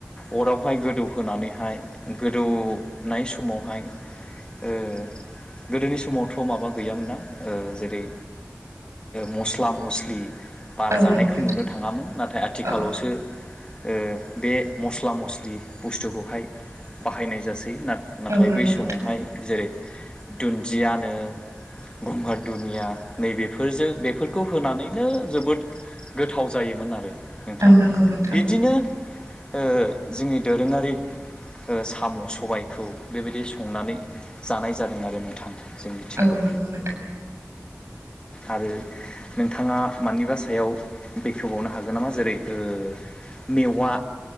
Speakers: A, on the left; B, on the right.
A: अरावहाय गोदौहोनानैहाय गोदौनाय समाव हाय ओ गोदोनि समावथ' माबा गैयामोन ना ओ जेरै मस्ला मस्लि बारा
B: औ
A: जानायखौ
B: नंगौ नोंथां
A: नुनो थांङामोन, नाथाय आथिखालावसो
B: औ
A: ओ बे मस्ला मस्लि बुस्थुखौहाय बाहायनाय जासै ना नाथाय
B: औ नंगौ
A: बै समावहाय
B: नोंथां
A: जेरै दुन्दियानो गंगार दुनिया नैबेफोरजो बेफोरखौ होनानैनो जोबोद गोथाव जायोमोन आरो नोंथां
B: औ नंगौ नोंथां
A: बिदिनो ओ जोंनि दोरोंङारि ओ साम' सबायखौ बेबायदि संनानै जानाय जादों आरो नोंथां। जोंनिथिंबो
B: औ नंगौ नोंथां।
A: आरो नोंथांङा मानिबा सायाव बेखेवबावनो हागोन नामा जेरै ओ मेवा